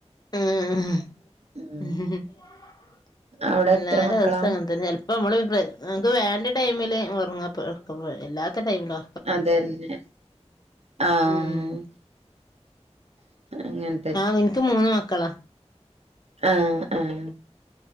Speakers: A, on the left; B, on the right.
A: ഉം
B: ഉം
A: <unintelligible>
B: അവിടെ
A: എല്ലാരവസ്ഥങ്ങൻതന്നെല്
B: എത്ര മക്കളാ
A: അപ്പോൾ നമ്മൾ നങ്ങൾക്ക് വേൻ്റെ ടൈമിൽ ഉറങ്ങാ ഇല്ലാത്ത ടൈമിലോ
B: അതെന്നെ ആഹ്
A: ഉം
B: അങ്ങൻ
A: ആഹ് ഇൻക്ക് മൂന്ന് മക്കളാ
B: ആഹ് ആഹ്